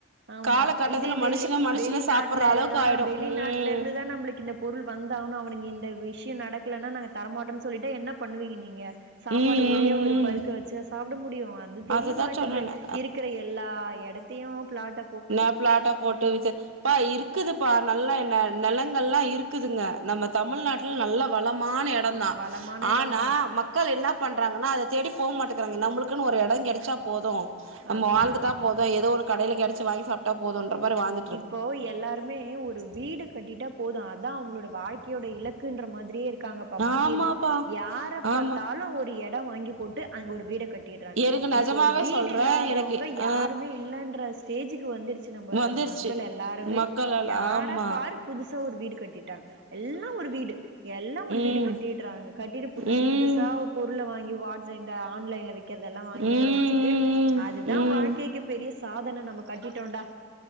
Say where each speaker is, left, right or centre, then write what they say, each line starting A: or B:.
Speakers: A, on the right; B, on the right.
A: ஆமா
B: காலகட்டத்துல
A: இதே வெளி
B: மனுஷன மனுஷன
A: வெளிநாட்டுல
B: சாப்புட்ற அளவுக்கு
A: ஆ
B: ஆயிடு
A: வெளிநாட்டுல
B: ம்
A: இருந்துதா நம்மளுக்கு இந்த பொருள் வந்தாகன்னு அவனுங்க இந்த விஷ்யோ நடக்கலன்னா நாங்க தரமாட்டோன்னு சொல்லிட்டா என்ன பண்ணுவீங்க நீங்க சாப்பாடு
B: ம்
A: ஒரே
B: ம்
A: ஒரு பருக்க
B: ம்
A: வச்சா சாப்பிட முடியு அது தெரிய
B: அததா
A: மாட்டுது
B: சொன்னனே
A: இருக்கிற எல்லா இடத்தையு பிளாட்ட
B: என்ன பிளாட்டா போட்டு வித்து பா இருக்குதுப்பா நல்ல என் நிலங்கள்லா இருக் குதுங்க நம்ம தமிழ்நாட்ல நல்ல வளமான இடம் தா
A: வளமான எடந்தா
B: ஆனா மக் மக்கள் என்ன பண்ணுறாங்கன்னா அத தேடி போக மாட்டேங்கிறாங்க நம்மளுக்குன்னு ஒரு இடோ கெடச்சா போதும் நம்ம
A: அதேதா
B: வாழ்ந்துட்டா போதும் ஏதோ ஒரு கடையில கிடைச்ச வாங்கி சாப்பிட்டா போதும்ன்ற மாதிரி வாழ்ந்துட்
A: இப்போ எல்லாருமே ஒரு வீடு கட்டிட்டா போது அதா அவங்களோட வாழ்க்கையோட இலக் குன்ற மாதிரியே இருக்காங்கப்பா முக்கியமா
B: ஆமாப்பா
A: யாரை
B: ஆமா
A: பார்த்தாலு ஒரு இடோ எடம் வாங்கி போட்டு அங்க ஒரு வீட கட்டிடுறாங்க
B: எனக்கு நெஜமாவே
A: இப்போ வீடு
B: சொல்றே
A: இல்லாதவங்க
B: எனக்கு ஆ
A: யாருமே இல்லன்ற ஸ்டேஜுக்கு வந்துடுச்சு நம்ம
B: வந்துருச்சு
A: ம மக்கள் எல்லாருமே
B: மக்கள் எல்லா
A: யார
B: ஆமா
A: பாரு புதுசா ஒரு வீடு கட்டிட்டாங்க எல்லா ஒரு வீடு எல்லாம் ஒரு
B: ம்
A: வீடு கட்டிடுறாங்க கட்டிட்டு புதுசு
B: ம்
A: புதுசா பொருளை வாங்கி வாட்ஸ் இந்த ஆன்லைன்ல வி க்கிறதெல்லா வாங்கி
B: ம் ம்
A: அதுல வச்சுட்டு அதுதா
B: ம்
A: வாழ்க்கைக்கு
B: ம்
A: பெரிய சாதனை நம்ம கட்டிட்டோம்டா